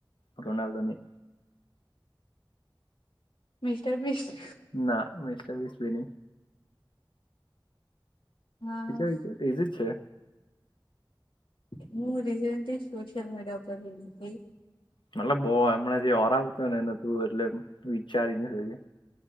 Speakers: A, on the left (about 70°); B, on the left (about 80°).
A: રોનાલ્ડોની
B: મિસ્ટર મિસ્ટ
A: ના મસ્ટ વીસ બી ન
B: હા
A: વિચ વિચ એજ જ છે
B: હું રિસેન્ટલી સોશલ મીડીિયા ઉપર જી
A: મતલબ બહ હમણાં જે ઓરા આવતો ને એને તું એટલે વિચારી ના શકે